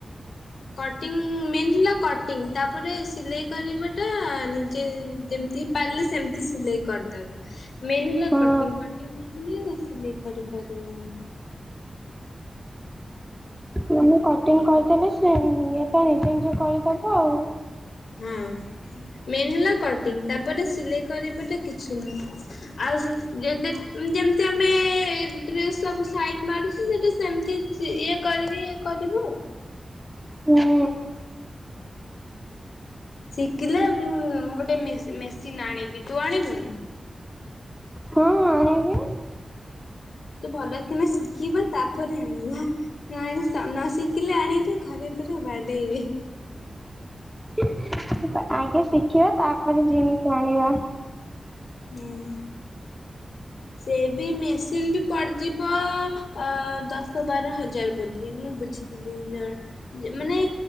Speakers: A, on the left (about 75°); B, in the centre.
A: କଟିଂ ମେନ୍ ହେଲା କଟିଂ ତାପରେ ସିଲେଇ କରିବାଟା ନିଜେ ଯେମିତି ପାରିଲେ ସେମିତି ସିଲେଇ କରିଦବା। ମେନ୍ ହେଲା
B: ହଁ
A: କଟିଙ୍ଗ ନ ଶିଖିଲେ ସିଲେଇ କରିପାରିବାନି।
B: ତୋମେ କଟିିଙ୍ଗ କରିଦେଲେ ସିଏ ଉଁ, ଇଏ ତ ନିଜେ ନିଜେ କରିଦବ ଆଉ।
A: ହଁ ମେନ୍ ହେଲା କଟିଂ ତାପରେ ସିଲେଇ କରିବାଟା କିଛି ନୁହଁ। ଆଉ ଯେ ଯେଡେ ଉଁ, ଯେମିତି ଆମେ ଡ୍ରେସ୍ ସବୁ ସାଇଟ ମାରୁଛୁ ସେଟା ସେମତି। ସି ଇଏ କରିବି, ଇଏ କରିବୁ।
B: ହୁଁ
A: ଶିଖିଲେ ମୁଁ ମୁଁ ଗୋଟେ ମେସିନ୍ ଆଣିବି ତୁ ଆଣିବୁ ନା?
B: ହଁ ଆଣିବି।
A: ଭଲ କିନା ଶିଖିବା ତାପରେ ଆଣିବା। ଆଣ ନ ଶିଖିଲେ ଆଣିବେ ଘରେ ପୁରା ବାଡେଇବେ।
B: <unintelligible> ଆଗେ ଶିଖିବା ତାପରେ ଜିନିଷ ଆଣିବା।
A: ହୁଁ। ସେ ବି ମେସିନ ବି ପଡିଯିବ ଅ ଦଶ ବାର ହଜାର ବୋଧେ ମୁଁ ବୁଝି <inaudible> ମାନେ